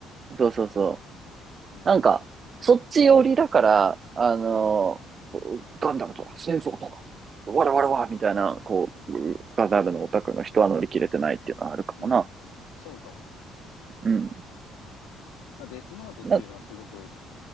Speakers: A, on the right; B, on the left.
A: そうそうそ
B: うんうん。
A: う。なんか、そっち寄りだから、あの
B: うん
A: ガンダムとか、戦争とか、わらわらわみたいな、こう、ガザールのオタクの人は乗り切れてないっていうのはあるかもな。
B: うん。うん。うん。そうかも。
A: うん。
B: まあ、デスノートっていうのはすごく
A: な